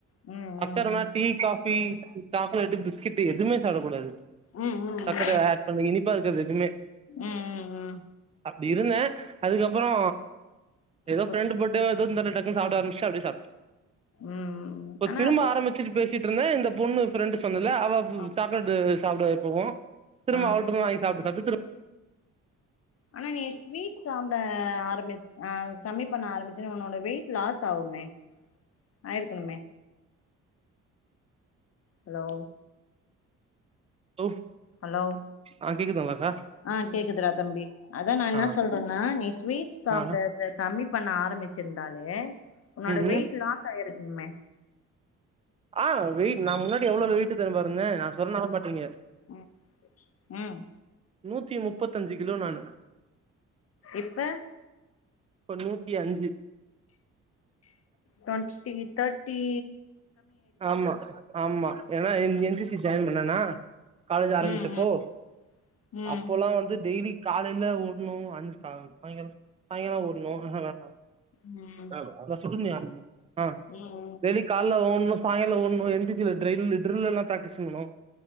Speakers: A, on the left; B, on the right.
A: ம் ம் ம்
B: சக்கர னா டீ காஃபி சாக்லேட்டு பிஸ்கெட்டு எதுமே சாப்டக்கூடாது
A: ம் ம்
B: சக்கர ஆட் பண்ணு இனிப்பா இருக்கிறது எதுமே
A: ம் ம் ம்
B: அப்டி இருந்தே அதுக்கப்புறோ ஏதோ
A: புரி
B: ஃப்ரெண்டு போட்டு ஏதோ <unintelligible> டக்கு டக்கு சாப்ட ஆரம்பிச்சு அப்டே சாப்ட்ட
A: ம்
B: இப்ப
A: ஆனா
B: திரும்ப
A: அப்ப
B: ஆரம்பிச்சிட்டு பேசிட்டு இருந்தே இந்த பொண்ணு ஃப்ரெண்டு் சொன்னல அவ
A: ஆ
B: சாப் <unintelligible> சாப்டுவா எப்பவு திரும்ப
A: ஆ
B: அவள்ட்ட இருந்து வாங்கி சாப்ட்டு சாப்ட்டு திரும்
A: ஆனா நீ ஸ்வீட் சாப்ட ஆரம்பிச் அ கம்மி பண்ண ஆரம்பிச்சோனே உன்னோட வெயிட் லாஸ் ஆவுமே ஆயிருக்குணுமே ஹலோ
B: தோ
A: ஹலோ
B: ஆ கேக்குதுங்ளா ச
A: ஆ கேக்குதுடா தம்பி அதா நா என்ன
B: ஆ
A: சொல்றன்னா நீ ஸ்வீட் சாப்ட
B: ஆ
A: அத கம்மி பண்ண ஆரம்பிச்சிருந்தாலே உன்னோட
B: ம்
A: வெயிட்
B: ம்
A: லாஸ் ஆயிருக்மே
B: ஆ வெயிட் நா முன்னாடி எவ்ளோ வெயிட்டு தெரிமா இருந்த நா சொன்னா நம் மாட்டிங்க
A: ம் ம்
B: நூத்தி முப்பத்தஞ்சு கிலோ நானு
A: இப்ப
B: இப்ப நூத்தி அஞ்சு
A: டொன்டி தேர்டி
B: ஆமா ஆமா ஏன்னா என் என் சி சி ஜாயின் பண்ணனா காலேஜ் ஆரம்பிச்சப்போ,
A: ம் ம் ம்
B: அப்போலா வந்து டெய்லி காலையில ஓடுனு அஞ்சி க சாயங்கால சாய்ங்கால ஓடுனு ஆஹ விளாட்னு
A: ம்
B: அதா அதா சொன்னனே ஆ
A: ம்
B: டெய்லி கால்ல ஓடுனு சாயிங்கால ஓடுனு என் சி சி ல ட்டெயிலு ட்ரில்லு எல்லா ப்ராக் ட்ங்கணு